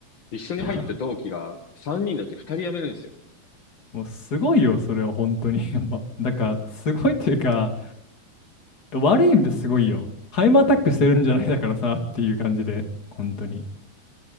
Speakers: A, on the left; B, on the left.
A: 一緒に入った同期が3人のうち2人辞めるんですよ。
B: <laughs> もうすごいよ、それは本当に。<laughs> ま、なんかすごいというか、悪い意味ですごいよ。ハイマーアタックしてるんじゃないだからさっていう感じで、本当に。